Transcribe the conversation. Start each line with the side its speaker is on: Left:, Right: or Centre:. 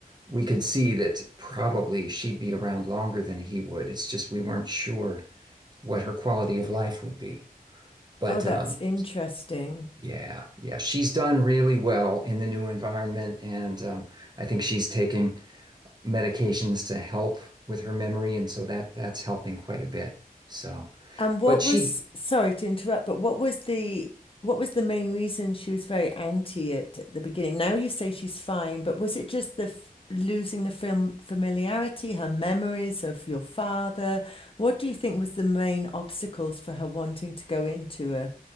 Right: we could see that probably she'd be around longer than he would. It's just we weren't sure what her quality of life would be. But
Left: Oh, that's
Right: um,
Left: interesting.
Right: yeah, yeah, she's done really well in the new environment, and um, I think she's taking medications to help with her memory, and so that that's helping quite a bit. So,
Left: And what
Right: but she
Left: was, sorry to interrupt, but what was the what was the main reason she was very anti it at the beginning? Now you say she's fine, but was it just the f losing the film familiarity, her memories of your father? What do you think was the main obstacles for her wanting to go into a